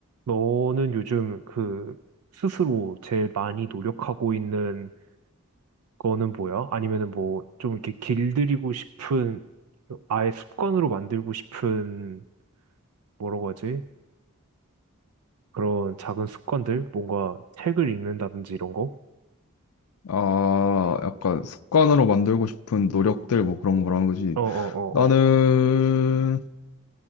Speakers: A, on the right (about 90°); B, on the left (about 75°).
A: 너는 요즘 그 스스로 제일 많이 노력하고 있는 거는 뭐야? 아니면은 뭐 좀 이렇게 길들이고 싶은 아예 습관으로 만들고 싶은 뭐라고 하지? 그런 작은 습관들? 뭔가 책을 읽는다든지 이런 거?
B: 아, 약간 습관으로 만들고 싶은 노력들 뭐 그런 거라는 거지.
A: 어, 어,
B: 나는
A: 어,